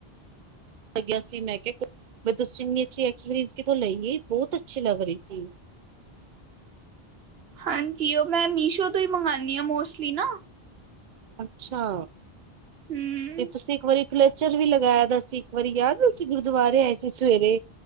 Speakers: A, on the right; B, on the right.
A: ਲੱਗਿਆ ਸੀ। ਮੈਂ ਕਿਹਾ, ਤੁਸੀਂ ਇਨੀ ਅੱਛੀ ਅਸੈਸਰੀ, ਕਿੱਥੋਂ ਲਈਏ। ਬਹੁਤ ਅੱਛੀ, ਲੱਗ ਰਹੀ ਸੀ।
B: ਹਾਂਜੀ। ਉਹ ਮੈਂ, ਮੀਸ਼ੋ ਤੋਂ ਹੀ, ਮੰਗਵਾਉਂਦੀ ਹਾਂ। ਮੋਸਟਲੀ ਨਾ।
A: ਅੱਛਾ।
B: ਹਮ
A: ਤੇ ਤੁਸੀਂ, ਇੱਕ ਵਾਰੀ, ਕਲੈਚਰ ਵੀ ਲਗਾਇਆ ਦਾ ਸੀ। ਇੱਕ ਵਾਰੀ ਯਾਦ ਤੁਸੀਂ, ਗੁਰਦੁਆਰੇ ਆਏ ਸੀ, ਸਵੇਰੇ।